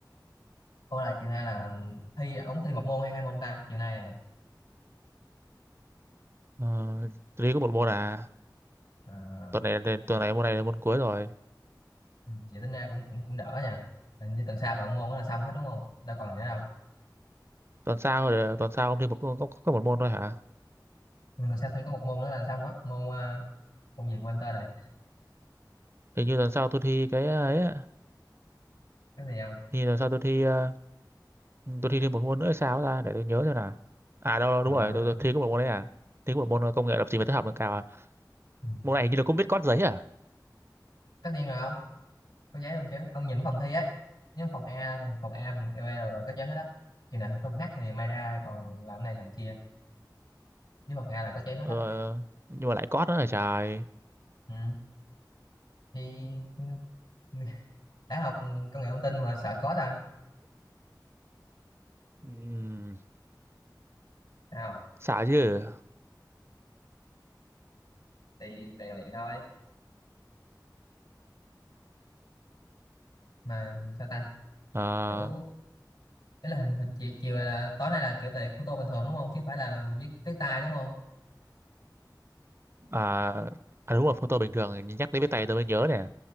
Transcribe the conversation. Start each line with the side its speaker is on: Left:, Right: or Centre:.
Left: <laughs> Ủa là chiều nay là thi ống thi một môn hay hai môn ta chiều nay nè
Right: Ờ, tôi có một môn à
Left: à,
Right: tuần này tuần
Left: vậy
Right: này môn này là môn cuối rồi
Left: Ừ, vậy tính ra cũng cũng cũng đỡ nha hình như tuần sau còn môn đó là xong hết đúng không đâu còn gì nữa đâu
Right: tuần sau tuần sau ông thi một có, có, có một môn thôi hả
Left: Ừ, tuần sau tôi có một môn nữa là xong hết môn à, môn gì quên tên này
Right: hình như tuần sau tôi thi cái ấy á.
Left: cái gì không
Right: hình như tuần sau tôi thi ờ, tôi thi thêm một môn nữa hay sao ta để tôi nhớ xem nào à đâu, đâu
Left: à,
Right: đúng rồi tôi, tôi thi có một môn đấy à thi có một môn ờ, công nghệ lập trình và tích hợp nâng cao à
Left: ừ.
Right: môn này hình như là cũng biết code giấy à
Left: tất nhiên rồi ông có giấy luôn chứ ông nhìn phòng thi á nếu phòng A phòng A phòng E B đều là có giấy hết á chừng nào phòng H thì may ra còn làm này làm kia với phòng A là có giấy hết
Right: ờ,
Left: á
Right: nhưng mà lại code nữa là trời
Left: ừ. thì <laughs> đã học công nghệ thông tin mà sợ code à
Right: Ừm,
Left: sao
Right: sợ chứ
Left: thì rèn luyện thôi mà sao ta
Right: Ờ,
Left: kiểu Cái là hình, hình chiều, chiều này là tối nay là kiểu tiện photo bình thường đúng không? Chứ không phải là viết viết tay đúng không?
Right: à, à đúng rồi photo bình thường nhắc đến với tay tôi mới nhớ nè